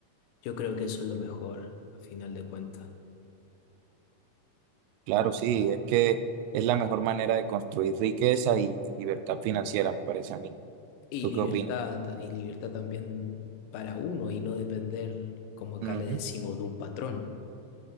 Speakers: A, on the left; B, on the right.
A: Yo creo que eso es lo mejor, a final de cuentas.
B: Claro, sí, es que es la mejor manera de construir riqueza y libertad financiera, me parece a mí.
A: Y
B: ¿Tú
A: libertad,
B: qué opinas?
A: y libertad también para uno y no depender, como acá
B: Ujú,
A: le decimos, de un patrón.